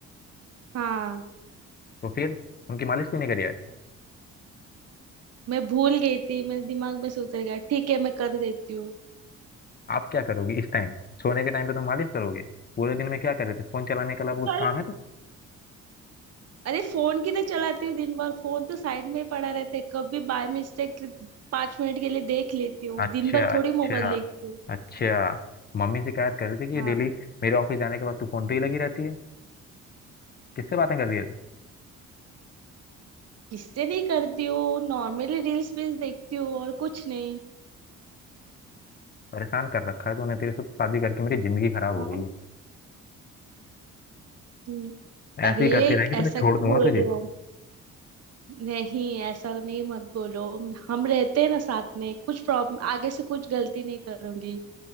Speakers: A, on the right (about 55°); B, on the left (about 35°).
A: हाँ
B: तो फिर उनकी मालिश क्यों नहीं करी आज?
A: मैं भूल गई थी मेरे दिमाग में से उतर गया ठीक है मैं कर देती हूँ
B: आप क्या करोगी इस टाइम सोने के टाइम पे तो मालिश करोगे पूरे दिन में क्या कर रहे थे फोन चलाने के अलावा
A: तो
B: कुछ
A: कल
B: काम है तो
A: अरे फोन किधर चलाती हूँ दिन भर फोन तो साइड में ही पड़ा रहता है कभी बाय मिस्टेक पांच मिनट के लिए देख लेती हूँ
B: अच्छा
A: दिन भर थोड़ी
B: अच्छा
A: मोबाइल देखती हूँ
B: अच्छा मम्मी शिकायत कर रही थी कि ये
A: हाँ
B: डेली मेरे ऑफिस जाने के बाद तू फोन पे ही लगी रहती है किससे बातें कर रही है तू
A: किससे नहीं करती हूँ नॉर्मली रील्स वील्स देखती हूँ और कुछ नहीं
B: परेशान कर रखा है तूने तेरे से तो शादी करके मेरी जिंदगी खराब हो
A: हाँ
B: गई है
A: हम्म, अरे
B: ऐसे ही करती रहेगी तो
A: ऐसा
B: मैं छोड़
A: क्यों
B: दूंगा
A: बोल
B: तुझे
A: रहे हो नहीं ऐसा नहीं मत बोलो हम रहते हैं ना साथ में कुछ प्रॉब्लम आगे से कुछ गलती नहीं करूंगी